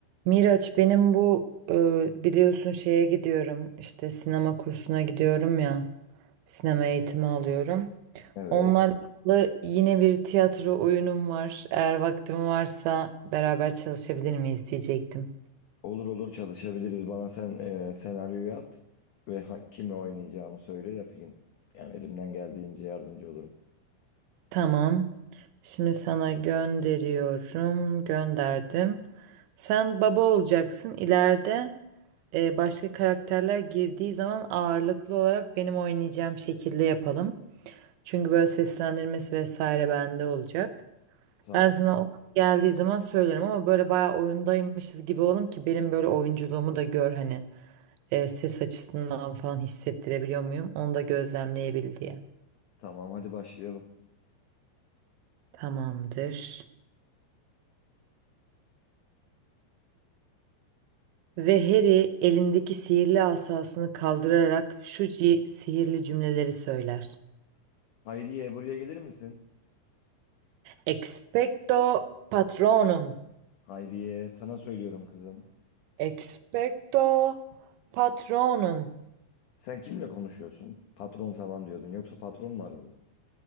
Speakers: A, on the right; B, on the left.
A: Miraç benim bu e, biliyorsun şeye gidiyorum işte sinema kursuna gidiyorum ya sinema eğitimi alıyorum.
B: Evet.
A: Onlarla yine bir tiyatro oyunum var. Eğer vaktim varsa beraber çalışabilir miyiz diyecektim.
B: Olur olur çalışabiliriz. Bana sen e, senaryoyu at ve ha- kimle oynayacağımı söyle yapayım. Yani elimden geldiğince yardımcı olurum.
A: Tamam. Şimdi sana gönderiyorum. Gönderdim. Sen baba olacaksın. İleride e, başka karakterler girdiği zaman ağırlıklı olarak benim oynayacağım şekilde yapalım. Çünkü böyle seslendirmesi vesaire bende olacak.
B: Tamam.
A: Ben sana o geldiği zaman söylerim ama böyle bayağı oyundaymışız gibi olalım ki benim böyle oyunculuğumu da gör hani e, ses açısından falan hissettirebiliyor muyum? Onu da gözlemleyebil diye.
B: Tamam hadi başlayalım.
A: Tamamdır. Ve Harry elindeki sihirli asasını kaldırarak şu ci- sihirli cümleleri söyler.
B: Hayriye buraya gelir misin?
A: Expecto patronum.
B: Hayriye sana söylüyorum kızım.
A: Expecto patronum.
B: Sen kimle konuşuyorsun? Patron falan diyordun. Yoksa patron mu aradı?